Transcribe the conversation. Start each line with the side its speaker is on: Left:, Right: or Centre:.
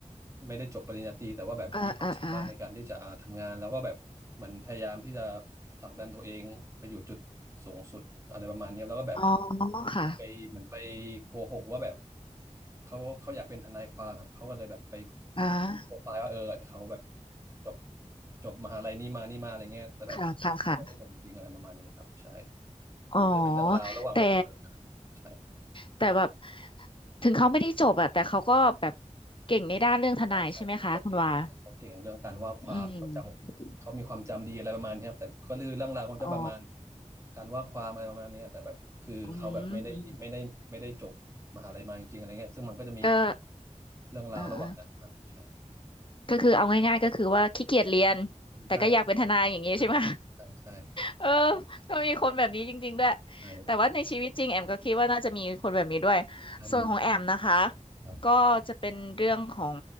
Right: ไม่ได้จบปริญญาตรีแต่ว่าแบบมีความสามารถในการที่จะอ่าทำงานแล้วก็แบบเหมือนพยายามที่จะ
Left: อ่าอ่าอ่า
Right: ผลักดันตัวเองไปอยู่จุดสูงสุดอะไรประมาณนี้แล้วก็แบบ
Left: อ๋อค่ะ
Right: ไปเหมือนไปโกหกว่าแบบเขาเขาอยากเป็นทนายความครับเขาก็เลยแบบไป
Left: อ่า
Right: โปรไฟล์ว่าเออเขาแบบจบจบมหาลัยนี้มานี่มาอะไรเงี้ยแต่แบบเขาไม่ได้จบจริงอะไรประมาณนี้ครับใช่
Left: ค่ะค่ะค่ะ
Right: แล้วมันก็จะเป็นเรื่องราวระหว่างแบบเออกันใช่
Left: อ๋อแต่แต่แบบถึงเขาไม่ได้จบอะแต่เขาก็แบบเก่งในด้านเรื่องทนายใช่ไหมคะคุณวา
Right: ใช่ใช่เขาเก่งใช่เขาเก่งเรื่องการว่าความเขาจำเขามีความจำดีอะไรประมาณเนี้ยครับแต่ก็คือเรื่องราวของจะประมาณ
Left: อืมอ๋อ
Right: การว่าความอะไรประมาณเนี้ยแต่แบบคือเขาแบบไม่ได้ไม่ได้ไม่ได้จบมหาลัยมาจริงๆอะไรเงี้ยซึ่งมันก็จะมี
Left: อืมก็
Right: เรื่องราวระหว่างนั้นครับใช่
Left: อ่าอ่าก็คือเอาง่ายๆก็คือว่าขี้เกียจเรียนแต่ก็อยากเป็นทนายอย่างนี้ใช่ไหม
Right: ใช่ใช่ใช่ใช่
Left: เออก็มีคนแบบนี้จริงๆด้วย
Right: ใช่
Left: แต่ว่าในชีวิตจริงแอมก็คิดว่าน่าจะมีคนแบบนี้ด้วย
Right: ใช่มัน
Left: ส่วนของแอมนะคะ
Right: ครับ
Left: ก็จะเป็นเรื่องของ